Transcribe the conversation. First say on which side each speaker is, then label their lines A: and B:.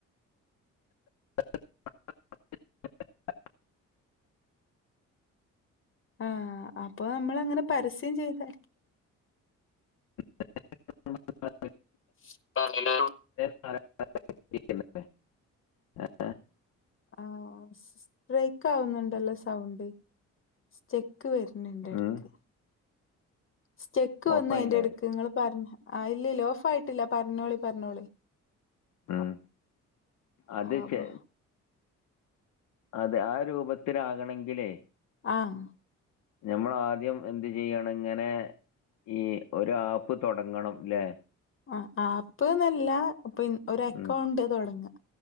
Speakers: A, on the left; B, on the left.
A: <unintelligible>
B: ആഹ് അപ്പൊ നമ്മൾ അങ്ങനെ പരസ്യം ചെയ്താല്
A: <unintelligible>
B: <unintelligible>
A: <unintelligible>
B: ആഹ് ബ്രേക്ക് ആവുന്നുണ്ടല്ലോ സൗണ്ട് ചെക്ക് ക്ക് വര്ന്ന്ണ്ട് എടക്ക്
A: ഉം
B: സ്റ്റക്ക് വന്ന്
A: ഓഫായില്ലേ
B: അയിന്റെ ഇടക്ക് ങ്ങള് പർഞ്ഞ ആഹ് ഇല്ലല്ല ഓഫ് ആയിട്ടില്ല പർഞ്ഞോളി പർഞ്ഞോളി
A: ഉം അത്
B: അപ്പൊ
A: ചെ അതെ ആ രൂപത്തിലാകണെങ്കിലേ
B: അഹ്
A: ഞമ്മളാദ്യം എന്ത് ചെയ്യണം ങ്ങനെ ഈ ഒരാപ്പ് തൊടങ്ങണംലേ
B: അഹ് ആപ്പ്ന്നല്ല പി ഒരു അക്കൗണ്ട്
A: ഉം
B: തൊടങ്ങ